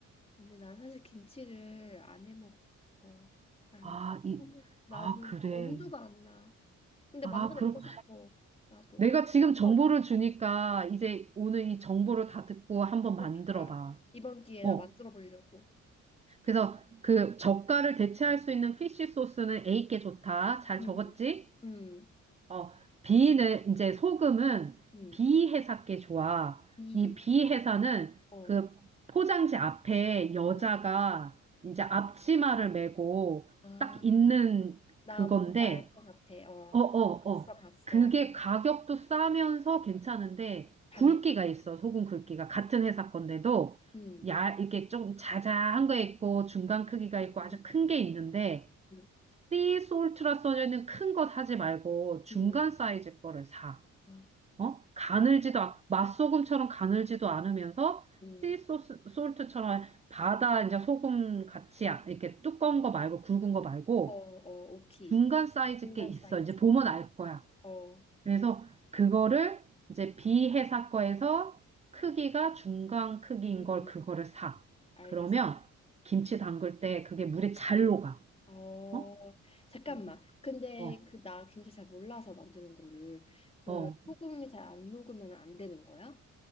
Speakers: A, on the left; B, on the right.
A: 근데 난 사실 김치를 안 해 먹고, 나는
B: 아,
A: 그냥
B: 이,
A: 사 먹. 나는
B: 아, 그래.
A: 엄두가 안 나. 근데
B: 아,
A: 만들어
B: 그렇고.
A: 보고 싶어. 나도.
B: 내가 지금 정보를
A: 어,
B: 주니까 이제 오늘 이 정보를 다 듣고 한번
A: 그러니까
B: 만들어 봐.
A: 이번 기회에
B: 어.
A: 나 만들어 보려고.
B: 그래서 그 젓갈을 대체할 수 있는 피쉬 소스는 A께 좋다. 잘
A: 음.
B: 적었지?
A: 음.
B: 어, B는 이제 소금은
A: 음.
B: B 회사께 좋아.
A: 비.
B: 이 B 회사는
A: 어.
B: 그 포장지 앞에 여자가
A: 어.
B: 이제 앞치마를 메고
A: 아,
B: 딱 있는
A: 나
B: 그건데,
A: 뭔지 알 것 같아. 어.
B: 어, 어,
A: 봤어,
B: 어.
A: 봤어.
B: 그게 가격도 싸면서 괜찮은데
A: 잘
B: 굵기가
A: 녹아.
B: 있어. 소금 굵기가 같은 회사 건데도
A: 음.
B: 야, 이게 좀 자자한 거 있고 중간 크기가
A: 음.
B: 있고 아주 큰 게 있는데
A: 음.
B: 씨솔트라 써져 있는 큰 거 사지 말고 중간
A: 음. 음.
B: 사이즈 거를 사.
A: 아,
B: 어? 가늘지도, 않- 맛소금처럼 가늘지도 않으면서
A: 음.
B: 씨소솔트처럼 바다 이제 소금 같이 아- 이렇게 두꺼운 거 말고 굵은 거 말고
A: 어, 어, 오키.
B: 중간 사이즈
A: 중간
B: 게 있어.
A: 사이즈.
B: 이제 보면 알 거야.
A: 어.
B: 그래서 그거를 이제 비회사 거에서 크기가 중간 크기인
A: 음.
B: 걸 그거를 사.
A: 알겠어.
B: 그러면 김치 담글 때 그게 물에 잘 녹아.
A: 어,
B: 어?
A: 잠깐만.
B: 그래서
A: 근데
B: 어,
A: 그 나 김치 잘 몰라서 만드는 거를 그
B: 어.
A: 소금이 잘 안 녹으면 안 되는 거야?